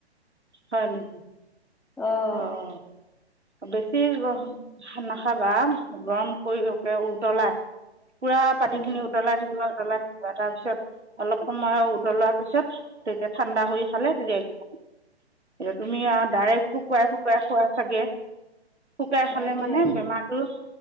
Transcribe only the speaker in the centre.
অহ।
উম,
সেইটোৱে